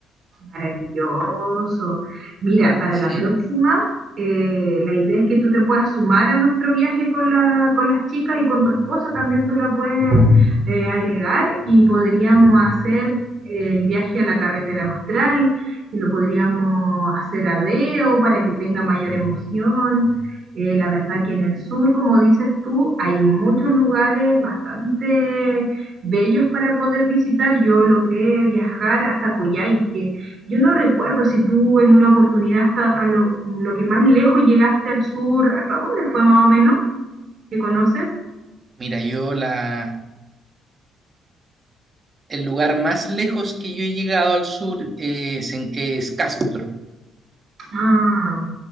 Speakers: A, on the right; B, on the right.
A: Maravilloso. Mira, para
B: Sí.
A: la próxima, eh, la idea es que tú te puedas sumar a nuestro viaje con la, con las chicas y con tu esposa también tú la puedes eh, agregar y podríamos hacer eh, el viaje a la carretera austral, que lo podríamos hacer a Deo para que tenga mayor emoción. Eh, la verdad que en el sur, como dices tú, hay muchos lugares bastante bellos para poder visitar. Yo logré viajar hasta Coyhaique, yo no recuerdo si tú en una oportunidad hasta a lo, lo que más lejos llegaste al sur, ¿hasta dónde fue más o menos que conoces?
B: Mira, yo la, el lugar más lejos que yo he llegado al sur eh, es, en- es Castro.
A: Ah,